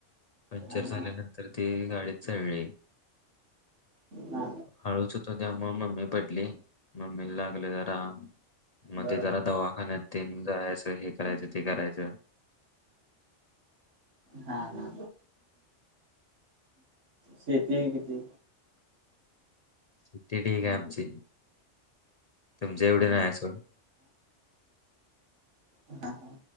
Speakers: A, on the left (about 45°); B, on the right (about 75°).
A: पंक्चर
B: हा हा
A: झाल्यानंतर ती गाडी चळली
B: हा
A: हळूचूत त्या म मम्मी पदली मम्मी लाग तरा मग
B: बर
A: ते जला दवाखान्यात तन जायचं हे करायचं ते करायचं
B: हा हा शेती किती
A: चितीे ठी का आमची तुमचे एवढे नाही असून
B: हा हा